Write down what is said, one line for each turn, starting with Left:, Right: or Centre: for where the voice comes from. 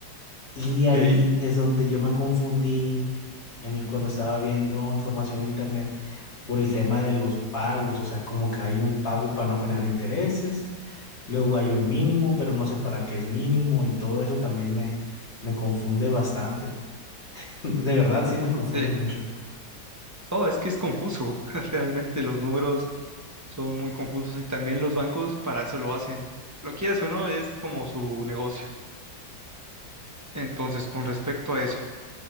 Left: Y ahí
Right: Ok.
Left: es donde yo me confundí en- cuando estaba viendo información en internet por el tema de los pagos, o sea, como que hay un pago para no generar intereses, luego hay un mínimo, pero no sé para qué es mínimo y todo eso también me, me confunde bastante. <laughs> De verdad, sí me confunde
Right: Eh,
Left: mucho.
Right: no, es que es confuso. <laughs> Realmente los números son muy confusos y también los bancos para eso lo hacen. Lo quieras o no, es como su negocio. Entonces, con respecto a eso,